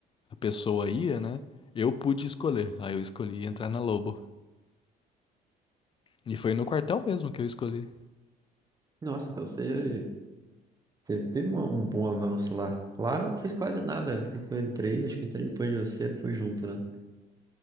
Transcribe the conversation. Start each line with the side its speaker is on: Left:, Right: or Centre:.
Left: a pessoa ia, né? Eu pude escolher. Aí eu escolhi entrar na Lobo. E foi no quartel mesmo que eu escolhi.
Right: Nossa, então você, você teve uma- um bom avanço lá. Lá eu não fiz quase nada. Assim que eu entrei, acho que entrei depois de você, não foi junto, né?